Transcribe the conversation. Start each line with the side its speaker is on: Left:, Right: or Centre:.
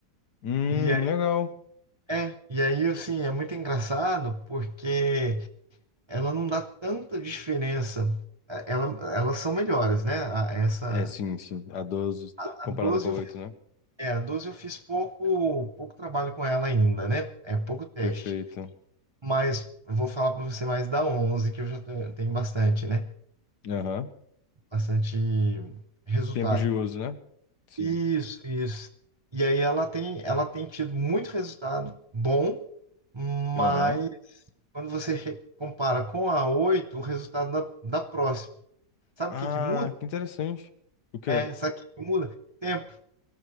Left: Hum,
Right: E aí,
Left: legal.
Right: é, e aí, assim, é muito engraçado porque ela não dá tanta diferença. Eh, Ela, elas são melhores, né? A, essa,
Left: É, sim, sim. A 12
Right: a
Left: comparada
Right: 12
Left: com a
Right: eu
Left: 8,
Right: fiz,
Left: né?
Right: é, a doze eu fiz pouco, pouco trabalho com ela ainda, né? É pouco teste.
Left: Perfeito.
Right: Mas eu vou falar para você mais da onze que eu já te- tenho bastante, né?
Left: Aham.
Right: bastante resultado.
Left: Tempo de uso, né? Sim.
Right: Isso, isso. E aí ela tem, ela tem tido muito resultado bom, mas
Left: Aham.
Right: quando você re- compara com a 8 o resultado da, da próxima. Sabe
Left: Ah,
Right: o que que muda?
Left: que interessante. O quê?
Right: É, sabe o que que muda? Tempo.